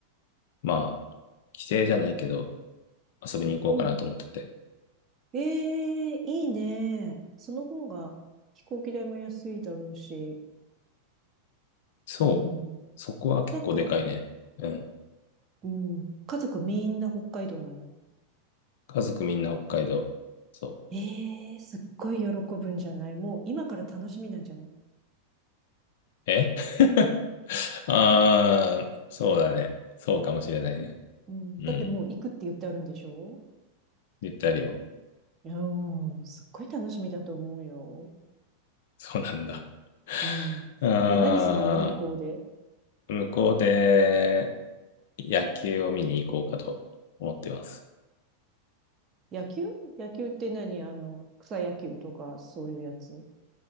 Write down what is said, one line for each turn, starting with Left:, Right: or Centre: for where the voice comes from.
Left: まあ、帰省じゃないけど、遊びに行こうかなと思ってて。
Right: うん。ええいいね。その方が飛行機代も安いだろうし。
Left: そう。
Right: うん。
Left: そこは結構でかいね。
Right: なんか、
Left: うん。
Right: うん。家族みんな北海道なの。
Left: 家族みんな北海道。そ
Right: ええすっごい喜ぶんじゃないもう今から楽しみなんじゃない
Left: う。え <laughs> あー、そうだね。そうかもしれないね。
Right: うん。
Left: うん。
Right: だってもう行くって言ってあるんでしょ
Left: 言ってあるよ。
Right: うん。すっごい楽しみだと思うよ。
Left: そうなんだ。
Right: うん。
Left: <laughs> あ
Right: で、何すんの向こうで。
Left: ー、向こうで野球を見に行こうかと思ってます。
Right: 野球野球って何あの、草野球とかそういうやつ。